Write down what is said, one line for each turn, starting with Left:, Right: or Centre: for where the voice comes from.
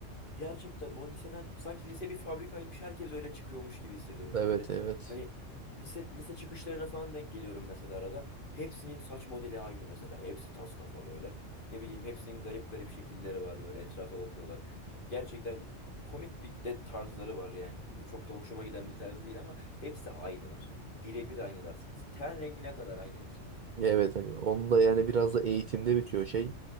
Left: gerçekten o liseden sanki lise bir fabrikaymış herkes öyle çıkıyormuş gibi hissediyorum.
Right: Evet
Left: Böyle
Right: evet.
Left: hani lise lise çıkışlarına falan denk geliyorum mesela arada. Hepsinin saç modeli aynı mesela. Hepsi tas kafa böyle. Ne bileyim hepsinin garip garip şekilleri var böyle etrafa bakıyorlar. Gerçekten komik bir de tarzları var yani. Çok da hoşuma giden bir tarz değil ama hepsi aynılar. Birebir aynılar. Ten rengine kadar aynı hepsi.
Right: Evet abi. Onun da yani biraz da eğitimde bitiyor şey.